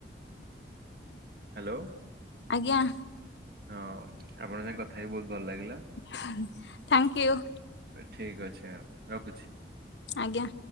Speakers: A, on the right; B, on the left.
A: ହ୍ୟାଲୋ।
B: ଆଜ୍ଞା।
A: ହଁ ଆପଣଙ୍କ ସାଙ୍ଗେ କଥା ହେଇକି ବହୁତ ଭଲ ଲାଗିଲା।
B: Thank you.
A: ଠିକ ଅଛି ଆଉ ରଖୁଛି।
B: ଆଜ୍ଞା।